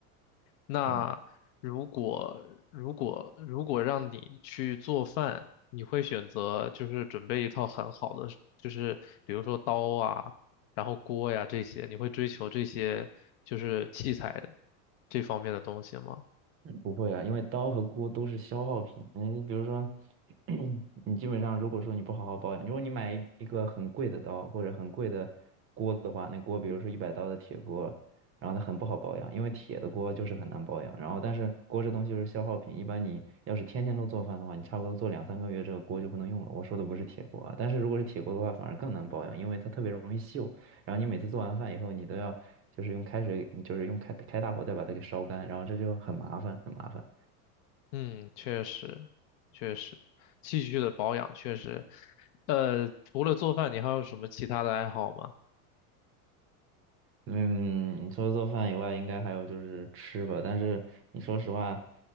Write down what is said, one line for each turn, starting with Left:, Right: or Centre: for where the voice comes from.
Left: 那如果如果如果让你去做饭，
Right: 嗯。
Left: 你会选择就是准备一套很好的，就是比如说刀啊，然后锅呀这些，你会追求这些就是器材这方面的东西吗？
Right: 嗯不会啊，因为刀和锅都是消耗品。嗯，你比如说，<clears throat> 你基本上如果说你不好好保养，如果你买一一个很贵的刀或者很贵的锅的话，那锅比如说一百刀的铁锅，然后它很不好保养，因为铁的锅就是很难保养。然后但是锅这东西就是消耗品，一般你要是天天都做饭的话，你差不多做两三个月这个锅就不能用了。我说的不是铁锅啊，但是如果是铁锅的话，反而更难保养，因为它特别容易锈。然后你每次做完饭以后，你都要就是用开水，你就是用开开大火再把它给烧干，然后这就很麻烦，很麻烦。
Left: 嗯，确实，确实，器具的保养确实，呃，除了做饭，你还有什么其他的爱好吗？
Right: 嗯，你除了做饭以外，应该还有就是吃吧。但是你说实话，